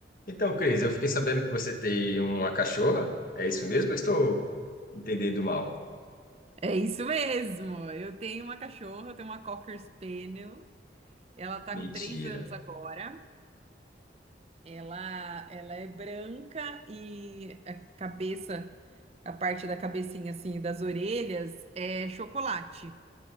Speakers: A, on the left (about 50°); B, on the right (about 35°).
A: Então, Cris, eu fiquei sabendo que você tem uma cachorra. É isso mesmo? Eu estou entendendo mal.
B: É isso mesmo. Eu tenho uma cachorra, eu tenho uma Cocker Spaniel. Ela tá
A: Mentira.
B: com três anos agora. Ela, ela é branca e a cabeça, a parte da cabecinha assim, das orelhas é chocolate.